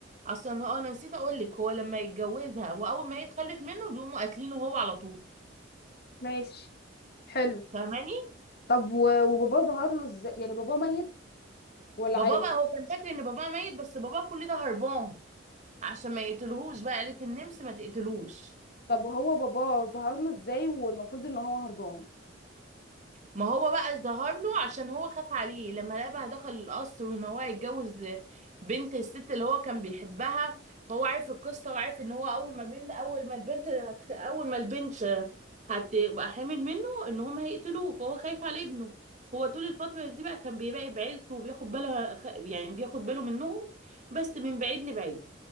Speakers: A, on the right (about 40°); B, on the left (about 55°).
A: اصلا هو انا نسيت اقول لك هو لما يتجوزها واول ما يتخلف منه بيقوموا قاتلينه هو على طول
B: ماشي حلو
A: فاهماني
B: طب و- وباباه ظهر له ازاي يعني باباه ميت ولا
A: بابا
B: عايش
A: بقى هو كان فاكر ان بابا ميت بس بابا كل ده هربان عشان ما يقتلهوش بقى قالت النمس ما تقتلوش
B: طب هو باباه ظهر له ازاي والمفروض ان هو هربان
A: ما هو بقى ظهر له عشان هو خاف عليه لما لقى بقى دخل القصر وان هو هيتجوز بنت الست اللي هو كان بيحبها فهو عارف القصه وعارف ان هو اول ما بنت اول ما البنت هت- اول ما البنت هتبقى حامل منه ان هم هيقتلوه فهو خايف على ابنه هو طول الفتره دي بقى كان بيراقب عيلته وبياخد باله خ- يعني بياخد باله منهم بس من بعيد لبعيد